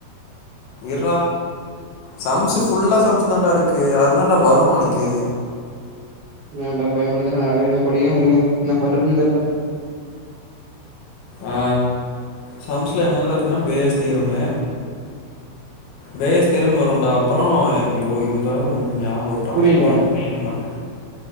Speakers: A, on the left (about 70°); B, on the right (about 70°).
A: இர்ரா சம்ஸ் ஃபுல்லா சம்ஸ் தாண்டாருக்கு அதுதாண்டா வரு நாளைக்கு
B: நீயேண்டா பயமுடுத்துற நாவே எதுமே படிகாம இருக்க என்ன பண்றதுன் தெர்ல
A: அ சம்ஸ்ல என்னல்லா இருக்குன்னா பேஸ் தீரமு பேஸ் தீறம் வரும்டா அப்புறோ ஐயோ இது வேற ஒன்னு ஞா ஒரு டாபிக்
B: புரியல
A: மறந்து <unintelligible>